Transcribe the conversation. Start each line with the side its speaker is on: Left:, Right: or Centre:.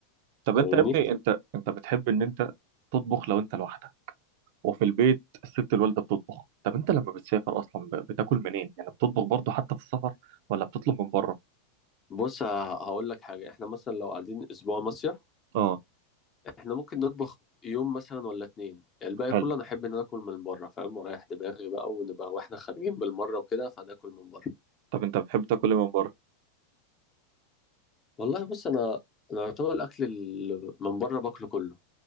Right: طب انت
Left: فاهمني
Right: يا ابني انت انت بتحب ان انت تطبخ لو انت لوحدك وفي البيت الست الوالده بتطبخ طب انت لما بتسافر اصلا ب- بتاكل منين يعني بتطبخ برضو حتى في السفر ولا بتطلب من بره
Left: بص هقول لك حاجه احنا مثلا لو قاعدين اسبوع مصيف
Right: اه
Left: احنا ممكن نطبخ يوم مثلا ولا اتنين الباقي
Right: حلو
Left: كله انا احب ان انا اكل من بره فاهم ورايح دماغي بقى ونبقى واحنا خارجين بالمره وكده فناكل من بره
Right: طب انت بتحب تاكل ايه من بره
Left: والله بص انا انا يعتبر الاكل اللي من بره باكله كله